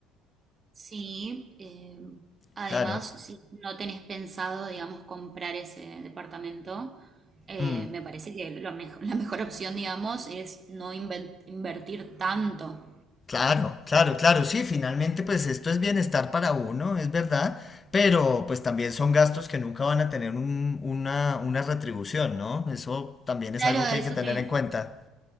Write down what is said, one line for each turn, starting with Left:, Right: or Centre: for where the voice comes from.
Right: Sí, eh, además,
Left: Claro.
Right: si no tenés pensado, digamos, comprar ese departamento, eh,
Left: Mm,
Right: me parece que lo mejo- <laughs> la mejor opción, digamos, es no inven- invertir tanto.
Left: claro, claro, claro. Sí, finalmente pues esto es bienestar para uno, es verdad. Pero pues también son gastos que nunca van a tener un- una, una retribución, ¿no? Eso también es
Right: Claro,
Left: algo que hay
Right: eso
Left: que tener
Right: te,
Left: en cuenta.